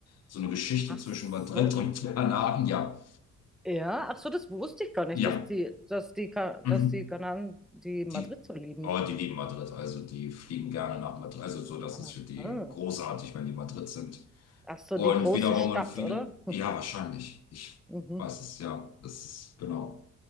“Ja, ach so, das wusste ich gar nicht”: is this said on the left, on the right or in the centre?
Centre